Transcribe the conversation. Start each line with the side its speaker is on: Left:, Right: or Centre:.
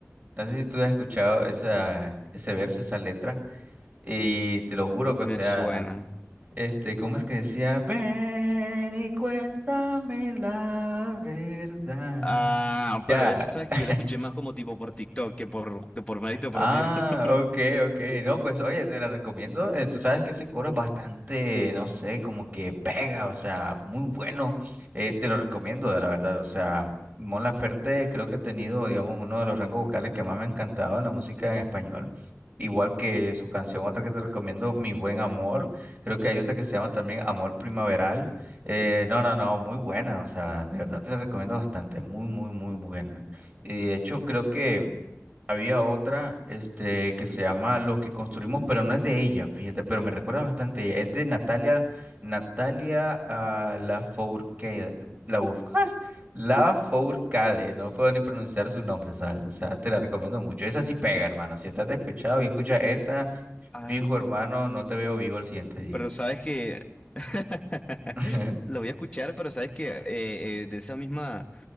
Right: no sé si tú has escuchado esa, ese verso, esa letra, y te lo juro que,
Left: Me
Right: o sea...
Left: suena.
Right: Este, ¿cómo es que decía? Ven y cuéntame la verdad.
Left: Ah,
Right: Ya.
Left: pero esa sabes
Right: <laughs>
Left: que yo la escuché más como tipo por TikTok que por, que por mérito
Right: Ah,
Left: propio. <laughs>
Right: ok, ok. No, pues oye, te la recomiendo. Eh, tú sabes que ese coro es bastante, no sé, como que pega, o sea, muy bueno. Eh, te lo recomiendo, la verdad. O sea, Mon Laferte creo que ha tenido, digamos, uno de los rangos vocales que más me ha encantado en la música en español. Igual que su canción, otra que te recomiendo, Mi Buen Amor. Creo que hay otra que se llama también Amor Primaveral. Eh, no, no, no, muy buena. O sea, de verdad te la recomiendo bastante. Muy, muy, muy buena. Y de hecho, creo que... Había otra, este, que se llama Lo que construimos, pero no es de ella, fíjate, pero me recuerda bastante a ella. Es de Natalia, Natalia ah, Lafourcade, la ¡ah! Lafourcade, no puedo ni pronunciar su nombre, ¿sabes? O sea, te la recomiendo mucho. Esa sí pega, hermano. Si estás despechado y escuchas esta,
Left: Ah,
Right: fijo, hermano, no te veo vivo al siguiente día.
Left: pero sabes que <laughs>
Right: <laughs>
Left: lo voy a escuchar, pero sabes que eh, eh, de esa misma,